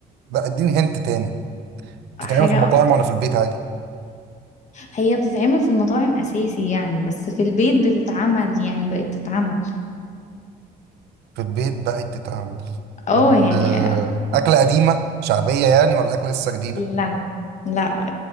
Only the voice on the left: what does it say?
حاجة
اكتر
هي بتتعمل في المطاعم اساسي يعني بس في البيت بتتعمل يعني بقت تتعمل
اه يعني
لا لا